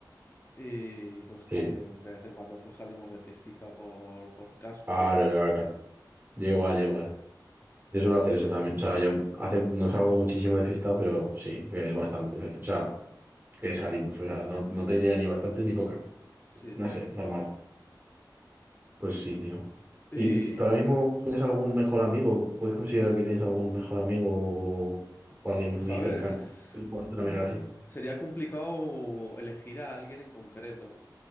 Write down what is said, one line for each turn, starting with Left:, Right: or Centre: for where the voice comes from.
Left: Y pues
Right: Sí.
Left: también de vez en cuando pues salimos de fiestica por, por casco
Right: Claro,
Left: y
Right: claro, claro. Yo igual, yo igual. Yo suelo hacer eso también. O sea, yo hace, no salgo muchísimo de fiesta, pero sí, eh, bastantes veces. O sea, que salimos. O sea, no, no te diría ni bastantes ni pocas.
Left: sí.
Right: No sé, normal. Pues sí, tío.
Left: Y
Right: ¿Y tú ahora mismo tienes algún mejor amigo? ¿Puedes considerar que tienes algún mejor amigo o, o alguien
Left: pues
Right: muy
Left: a ver,
Right: cercano
Left: es,
Right: que lo puedas
Left: es com-
Right: denominar así?
Left: sería complicado elegir a alguien en concreto,